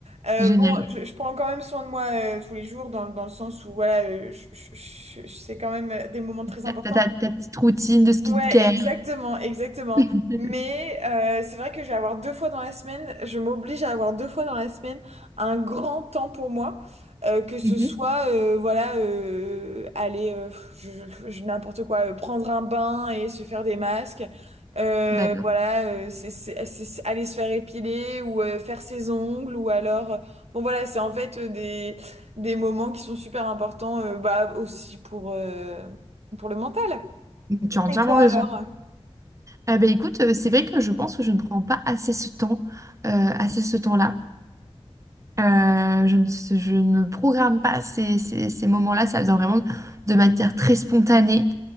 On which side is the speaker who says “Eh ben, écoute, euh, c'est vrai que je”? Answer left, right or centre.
Right